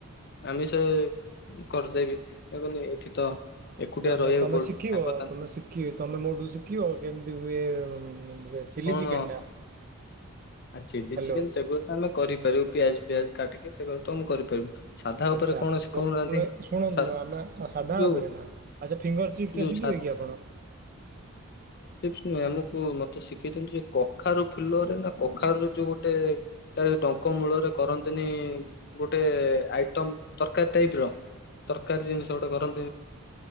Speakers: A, on the left; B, on the right.
A: ଆମିଷ ଉ କରିଦେବି କ ଏବଂ ଏଠି ତ ଏକୁଟିଆ
B: ତାମେ
A: ରହିବାକୁ
B: ତମେ
A: ପଡୁଛି
B: ଶିଖିବ
A: ସାଙ୍ଗସାଥି
B: ତମେ ଶିଖିବ ତମେ ମୋ ଠୁ ଶିଖିଲ କେମିତି ହୁଏ? ହୁଁ। ଚିଲି
A: କଣ
B: ଚିକେନ ଟା।
A: ଆ ଚିଲି
B: ହ୍ୟାଲୋ
A: ଚିକେନ ସେଗୁ ତ ଆମେ କରିପାରିବୁ ପିଆଜ। ପିଆଜ କାଟିକି ସେ ଘ ତ ମୁଁ କରିପାରିବୁ। ସାଧା
B: ଆ୍ଛା
A: ଉପରେ କଣ ଶିଖଉନାହାନ୍ତି।
B: ପ୍ରଥମେ ଶୁଣନ୍ତୁ
A: ଛା
B: ଆମେ ସାଧା
A: ଯୋଉ
B: ଉପରେ ନା ଆଚ୍ଛା ଫିଙ୍ଗର ଚିପସ ଟା
A: ଯୋଉ
B: ଶିଖିବେ
A: ଛା
B: କି ଆପଣ।
A: ନୁଁ ଆମକୁ ମତେ ଶିଖେଇ ଦିଅନ୍ତୁ ଯେ କଖାରୁ ଫୁଲରେ ନା କଖାରୁ ର ଯୋଉ ଗୋଟେ ତାର ଟଙ୍କ ମୂଳରେ କରନ୍ତିନି ଗୋଟେ ଆଇଟମ ତରକାରୀ ଟାଇପ ର ତରକାରୀ ଜିନିଷ ଗୋଟେ କରନ୍ତି।